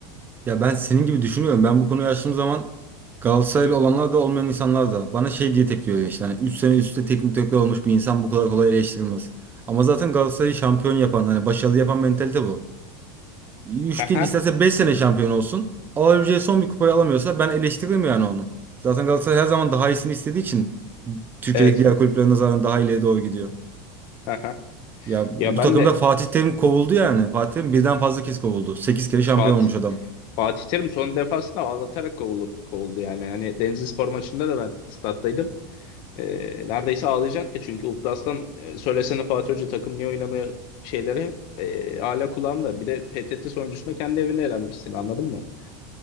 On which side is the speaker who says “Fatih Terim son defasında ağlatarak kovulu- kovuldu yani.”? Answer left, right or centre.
Left